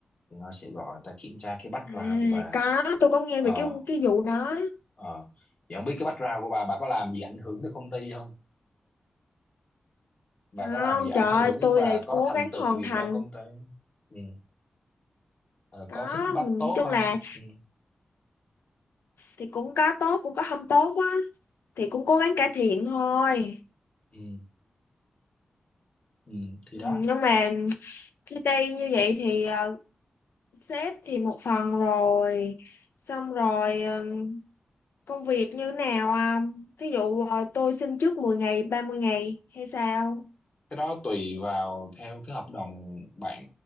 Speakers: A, on the left; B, on the left.
A: người ta sẽ gọi người ta kiểm tra cái background
B: À,
A: của bà
B: có, tôi có nghe
A: Ờ,
B: về cái cái vụ đó.
A: Ờ. Vậy không biết cái background của bà bà có làm gì ảnh hưởng tới công ty không? Bà
B: Không,
A: có làm gì ảnh
B: trời
A: hưởng,
B: ơi, tôi
A: bà
B: lại
A: có
B: cố
A: thành
B: gắng
A: tựu
B: hoàn
A: gì
B: thành
A: cho công ty? Ừ. Ờ,
B: có
A: có feedback
B: mình
A: tốt
B: nói chung
A: không?
B: là
A: Ừ.
B: thì cũng có tốt cũng có không tốt á thì cũng cố gắng cải thiện thôi
A: Ừ. Ừ. Thì
B: ừ,
A: đó,
B: nhưng mà chia tay như vậy thì ờ, sếp thì một phần rồi xong rồi ờ, công việc như nào không thí dụ ờ, tôi xin trước mười ngày 30 ngày hay sao
A: cái đó tùy vào theo cái hợp đồng bạn